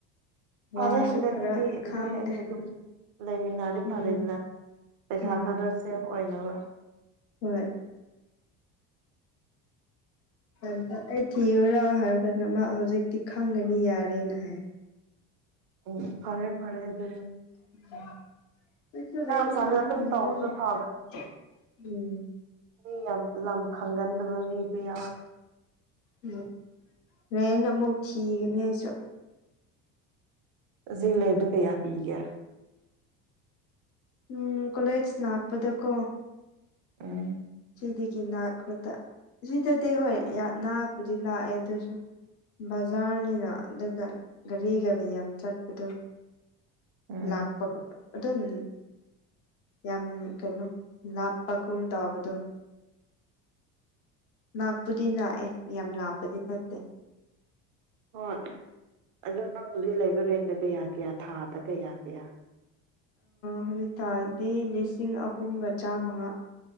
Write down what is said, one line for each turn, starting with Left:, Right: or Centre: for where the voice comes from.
Left: ꯋꯥꯁꯨ
Right: ꯐꯔꯦ ꯍꯟꯗꯗꯤ
Left: ꯈꯔ ꯈꯪꯗꯦ
Right: ꯅꯣꯏ ꯑꯅꯤ ꯑꯗꯨꯝ ꯂꯩꯃꯤꯟꯅꯔꯤ
Left: ꯎꯝ
Right: ꯐꯔꯦꯗꯅ ꯄꯩꯁꯥ
Left: ꯎꯝ
Right: ꯈꯔ ꯁꯦꯐ ꯑꯣꯏꯅꯕ
Left: ꯍꯣꯏ ꯝꯇ ꯑꯩ ꯊꯤꯌꯨꯔꯥ ꯍꯥꯏꯔꯀꯥꯟꯗ ꯃꯥ ꯍꯧꯖꯤꯛꯇꯤ ꯈꯪꯒꯅꯤ ꯌꯥꯔꯦꯅ ꯍꯥꯏ
Right: ꯑꯣ ꯐꯔꯦ ꯐꯔꯦ ꯑꯗꯨ
Left: ꯅ
Right: ꯃꯁꯥꯅ ꯑꯗꯨꯝ
Left: ꯎꯝ
Right: ꯇꯧꯕꯁꯨ ꯐꯕꯅꯤ ꯃꯤ ꯌꯥꯝ ꯂꯝ ꯈꯪꯒꯟꯗꯕ ꯃꯤꯁꯨ ꯌꯥꯔ
Left: ꯎꯝ ꯃꯟꯅ ꯑꯃꯨꯛꯈꯤꯒꯅꯦꯁꯨ
Right: ꯑꯁꯤ ꯂꯩꯕꯗꯣ ꯀꯌꯥ ꯄꯤꯒꯦ
Left: ꯎꯝ ꯀꯣꯂꯦꯖ ꯂꯥꯛꯄꯗꯀꯣ
Right: ꯎꯝ
Left: ꯁꯤꯗꯒꯤ ꯅꯥꯛꯄꯗ ꯁꯤꯗꯗꯤ ꯍꯣꯏ ꯅꯥꯛꯄꯨꯗꯤ ꯅꯥꯛꯑꯦ ꯑꯗꯨꯁꯨ ꯕꯖꯥꯔꯅꯤꯅ ꯑꯗꯨꯒ ꯒꯥꯔꯤꯒ ꯃꯤ ꯌꯥꯝ ꯆꯠꯄꯗꯨꯣ
Right: ꯎꯝ
Left: ꯂꯥꯛꯄꯒ ꯑꯗꯨꯝ ꯌꯥꯝ ꯀꯩꯅꯣ ꯂꯥꯞꯄꯒꯨꯝ ꯇꯥꯕꯗꯣ ꯥꯛꯄꯨꯗꯤ ꯥꯛꯑꯦ ꯌꯥꯝ ꯂꯥꯞꯄꯗꯤ ꯅꯠꯇꯦ
Right: ꯍꯣꯏ ꯑꯗꯣ ꯅꯪ ꯍꯧꯖꯤꯛ ꯂꯩꯕ ꯔꯦꯟꯗ ꯀꯌꯥ ꯀꯌꯥ ꯊꯥꯗ ꯀꯌꯥ ꯀꯌꯥ
Left: ꯍꯧꯖꯤꯇꯥꯥꯗꯤ ꯂꯤꯁꯤꯡ ꯑꯍꯨꯝꯒ ꯆꯥꯃꯉꯥ